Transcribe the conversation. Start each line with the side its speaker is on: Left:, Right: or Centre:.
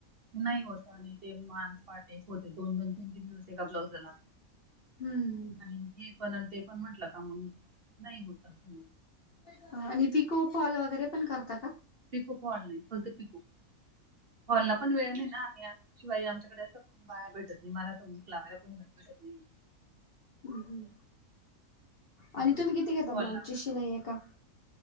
Right: नाही होता आणि ते मान पाठ एक होते ृदोन दोन तीन तीन दिवस एका ब्लाऊज देणार
Left: हम्म
Right: आणि हे पण ते पण म्हंटलं का मग नाही होत अस?
Left: <unintelligible> आणि पिको फॉल वगैरे पण करता का
Right: पिको फॉल नाही फक्त पिको फॉलला पण वेळ नाही शिवाय आमच्याकडे असं बाया भेटत नाही मला तर हूक लावायला कोणी भेटूत शकली नाही.
Left: हम्म आणि तुम्ही किती घेता ब्लाउजची
Right: हॉलला
Left: शिलाई आहे एका?